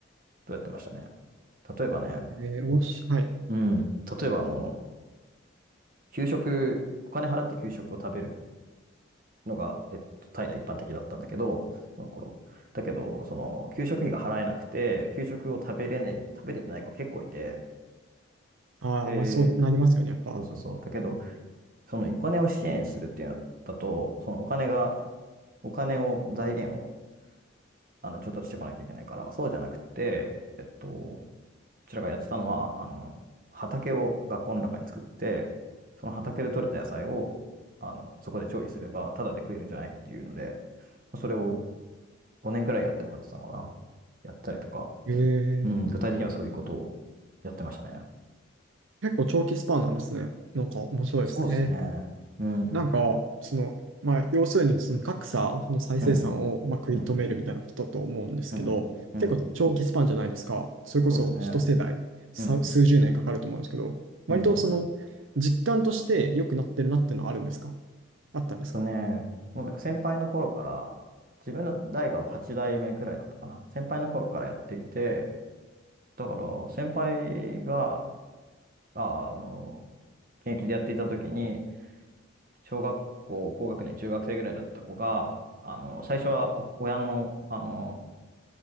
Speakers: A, on the right (about 45°); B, on the right (about 80°).
A: とやってましたね。例えばね、
B: えー、おし、はい。
A: うん、例えばあの、給食、お金払って給食を食べるのが、えっと、タイでは一般的だったんだけど、その頃。だけど、その、給食費が払えなくて、給食を食べれない、食べれてない子が結構いて、
B: ああ、
A: で、
B: まあ、そうなりますよね、やっぱ。
A: そうそうそう。だけど、そのお金を支援するっていうのだと、そのお金が、お金を、財源をあの、調達してこなきゃいけないから、そうじゃなくて、えっと、こちらがやってたのは、あの、畑を学校の中に作って、その畑で採れた野菜を、あの、そこで調理すれば、ただで食えるんじゃないっていうので、それを5年くらいやってもらってたのかな。やったりとか、
B: えー、
A: うん、具体的にはそういうことをやってましたね。
B: 結構長期スパンなんですね。なんか面白いですね。
A: そうですね。
B: え
A: うん。
B: ー、なんか、その、まあ、要するに、その格差の再生産を、
A: うんうん。
B: まあ、食い止めるみたいなことだと思うんですけど、
A: うん。うん。うん。
B: 結構長期スパンじゃないですか。それこそ一世代、
A: そうですね。
B: さ、
A: うん。
B: 数十年かかると思うんですけど、割とその、
A: うん。
B: 実感として良くなってるなっていうのはあるんですかあったんですか
A: とね、もうなんか先輩の頃から、自分の代がもう8代目くらいだったかな。先輩の頃からやっていて、だから先輩が、あ、あの、現役でやっていた時に、小学校、高学年、中学生ぐらいだった子が、あの、最初はお親の、あの、